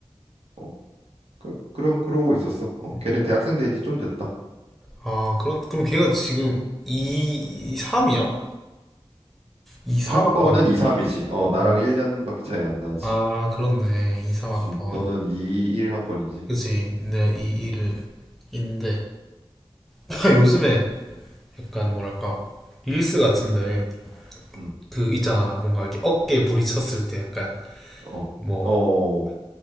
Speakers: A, on the right (about 80°); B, in the centre.
A: 어 그, 그런 그러고 있었어. 어
B: 음.
A: 걔는 대학생 된 지 좀 됐다.
B: 아 그런 그럼 걔가 지금 2 3이야? 2 3학번이야.
A: 학번은 2, 3이지. 어
B: 아,
A: 나랑 1년밖에 차이 안 나지.
B: 아, 아, 그렇네. 2 3학번.
A: 음 너는 2, 1 학번이지.
B: 그치. 내이일을
A: 음.
B: 인데 <laughs> 요즘에 약간 뭐랄까 릴스 같은데
A: 음.
B: 그 있잖아 뭔가 이렇게 어깨 부딪혔을 때 약간
A: 어.
B: 뭐
A: 어